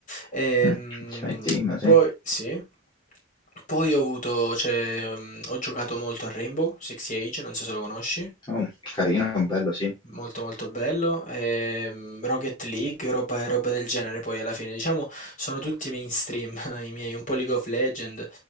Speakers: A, on the left; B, on the left.
A: Ehm,
B: Mh, ci metti, ma sì.
A: poi sì. Poi ho avuto, cioè, mhmm, ho giocato molto a Rainbow Six Siege, non so se lo conosci,
B: Oh, carino, bello, sì.
A: molto molto bello, ehm, Rocket League, roba roba del genere poi alla fine, diciamo, sono tutti mainstream <laughs> i miei, un po' League of Legend,